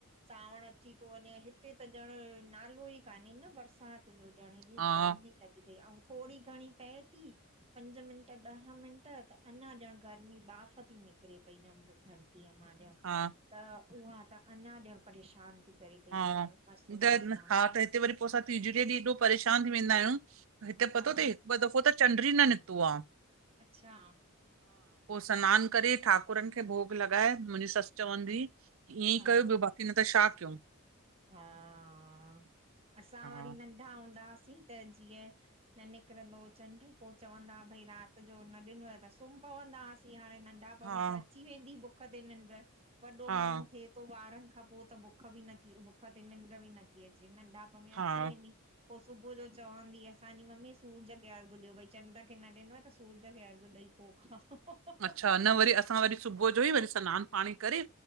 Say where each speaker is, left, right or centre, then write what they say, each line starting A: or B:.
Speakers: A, on the right; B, on the right.
A: सांवण अची थो वञे हिते त ॼण नालो ई कान्हे न बरसाति त जो जाणे बि
B: हा
A: गरमी लॻी थोरी घणी पए थी पंज मिंट ॾह मिंट त अञा ॼण गर्मी बाफ़ थी निकिरे पई धरतीअ मां।
B: हा।
A: त उहा त अञा ॼण परेशान थी करे। पई
B: हा,
A: ॼण उमस उमस
B: द
A: वांग
B: हा त हिते वरी पोइ असां तीजड़ीअ ॾींहुं एॾो परेशान थी वेंदा आहियूं हिते पतो
A: हा
B: अथए हिकु दफ़ो त चंड ई न निकितो निकितो आहे।
A: अच्छा।
B: सनानु करे ठाकुरनि खे भोग लॻाए मुंहिंजी ससु चवंदी हुई ईअं ई
A: हा
B: कयो हिननि त छा कयो?
A: हा, असां
B: हा
A: वरी नंढा नंढा हूंदा हुआसीं त जीअं न निकिरंदो चंड पोए चवंदा भई राति त जो न ॾिनो आहे त सुम्ही पवंदा हुसीं हाणे नंढा पण
B: हा
A: में त अची वेंदी बुख ते निंड। वॾो
B: हा
A: माण्हू थिए थो ॿारनि खां पोइ त बुख बि नथी बुख ते निंड बि नथी अचे नंढा मम्मी
B: हा
A: अची वेंदी। पोइ सुबुह जो चवंदी असांजी मम्मी सूरज खे अर्क ॾियो भई चंड खे न ॾिनोव त सूरज खे अर्क ॾेई पोइ खाओ।
B: अच्छा न वरी असां वरी सुबुह जो ई वरी सनानु पाणी करे